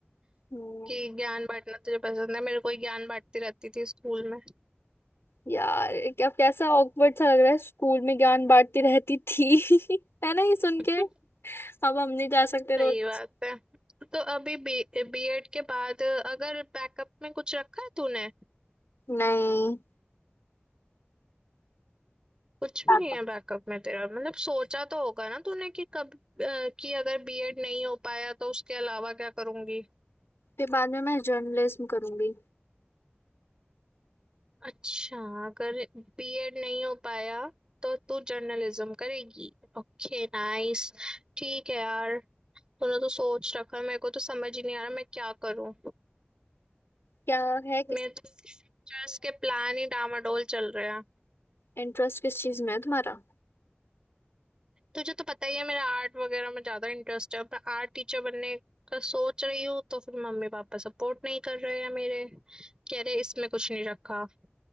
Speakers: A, on the left; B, on the right.
A: हम्म,
B: कि ज्ञान बांटना तुझे पसंद है मेरे को ही ज्ञान बांटती रहती थी स्कूल में
A: यार क्या कैसा ऑकवर्ड सा लग रहा है स्कूल में ज्ञान बांटती रहती थी <laughs> है ना ये सुन
B: <laughs>
A: के अब हम नहीं जा सकते रोज
B: सही बात है तो अभी बी बीएड के बाद अगर बैकअप में कुछ रखा है तूने
A: नहीं
B: कुछ भी
A: हाँ।
B: नहीं है बैकअप में तेरा मतलब सोचा तो होगा ना तूने कि कब अ, कि अगर बीएड नहीं हो पाया तो उसके अलावा क्या करूंगी
A: फिर बाद में मैं जर्नलिज्म करूंगी
B: अच्छा अगर बीएड नहीं हो पाया तो तू जर्नलिज्म करेगी Okay nice ठीक है यार तूने तो सोच रखा है मेरे को तो समझ ही नहीं आ रहा मैं क्या करूं
A: क्या है किस
B: मेरे तो फ्यूचर्स के प्लान ही डामाडोल चल रहे हैं
A: इंटरेस्ट किस चीज में है तुम्हारा
B: तुझे तो पता ही है मेरा आर्ट वगैरह में ज्यादा इंटरेस्ट है अब मैं आर्ट टीचर बनने का सोच रही हूँ तो फिर मम्मी पापा सपोर्ट नहीं कर रहे हैं मेरे कह रहे इसमें कुछ नहीं रखा